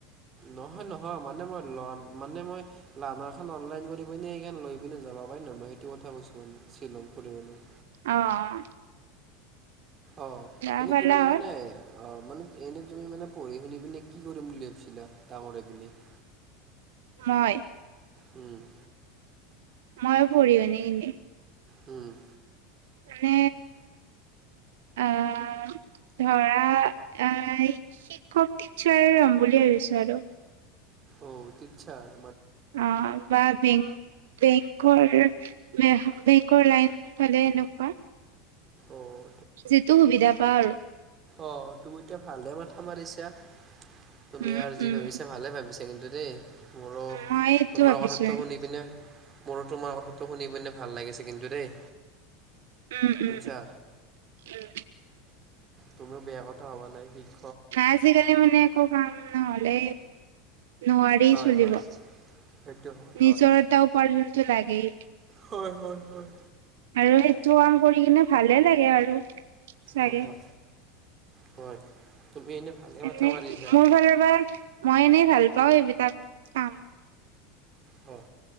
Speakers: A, on the right; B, on the right.
A: নহয়, নহয় মানে মই ল মানে মই লানাৰ খ অনলাইন কৰি পিনে সখন লৈ পিনে যাব পাৰি ন মই সেইটো কথা কৈছো, মানে শ্বিলং ফুৰিবলৈ
B: অ',
A: অ',
B: যাবা
A: এনে
B: পালা
A: তুমি
B: হয়
A: মানে অ', মানে এনে তুমি মানে পঢ়ি শুনি পিনে কি কৰিম বুলি ভাবিছিলা ডাঙৰহৈ পিনে <inaudible>
B: মই
A: উম
B: ময়ো পঢ়ি শুনি এনেই
A: উম,
B: মানে, অহ, ধৰা অহ'। খাই শিক্ষক টিচাৰ হম বুলি ভাবিছোঁ আৰু
A: অহ', টিত্ছাৰ।
B: অহ', বা বেং-বেংকৰ বেহ, বেংকৰ লাইন পালে এনেকুৱা।
A: অ',
B: যিটো সুবিধা পা আৰু।
A: অহ', তুমি তে' ভালহে মাথা মাৰিছা। তুমি
B: উম,
A: আৰু যি
B: উম,
A: ভাবিছা, ভালে ভাবিছা কিন্তু, দেই। মোৰো
B: মই এইটো
A: তোমাৰ
B: ভাবিছোৱে।
A: কথাতটো শুনি পিনে মোৰো তোমাৰ কথাটো শুনি পিনে ভাল লাগিছে কিন্তু, দেই।
B: উম,
A: শুঞ্চা?
B: উম, উম,
A: তুমিও বেয়া কথা ভবা নাই। সি-
B: আজিকালি মানে একো কাম নহ'লে নোৱাৰি
A: হয়,
B: চলিব।
A: হয়, সেইটো হয়,
B: নিজৰ
A: হয়,
B: এটা উপাৰ্জনটো লাগেই।
A: হয়, হয়, হয়,
B: আৰু সেইটো কাম কৰি কিনে ভালে লাগে আৰু। চাগে
A: অইও, হয়। তুমি এনে ভালে
B: এনেই,
A: মাথা মাৰিছা
B: মোৰ ফালৰ পা, মই এনেই ভাল পাওঁ এইবিলাক কাম।
A: অ'।